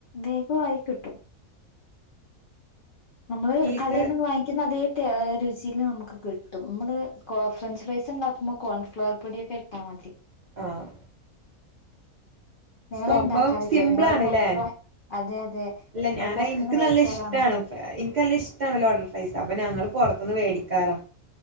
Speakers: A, on the left; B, on the right.
A: വേഗവായി കിട്ടും. നമ്മള്
B: ചീസ്
A: കടേന്നൊകെ വാങ്ങി ക്ക്യ്ന്ന അതേ ടേ രുചിയിൽ നമുക്ക് കിട്ടും. നമ്മള് കൊ ഫ്രഞ്ച് ഫ്രൈസ് ഉണ്ടാക്കുമ്പം കോൺഫ്ലവർ പൊടിയൊക്കെ ഇ ട്ടാ മതി.
B: ആഹ്.
A: നിങ്ങള്
B: സ്വംഭവം
A: ഇണ്ടാക്കാറില്ലേ
B: സിമ്പിളാണ്ല്ലേ.
A: നിങ്ങള് പൊറത്ത് വാ അതെ അതെ
B: അല്ല
A: നിങ്ങള്
B: ഞാനത്
A: പൊറത്തുന്ന്
B: ഇൻക്ക്
A: കഴിക്കാറാണോ
B: നല്ല ഇഷ്ടാണ്. ഇൻക്ക് നല്ല ഇഷ്ടാണ് ലോഡർ ഫ്രൈസ്. അപ്പം ഞങ്ങൾ പൊറത്ത്ന്ന് മേടിക്കാറാ.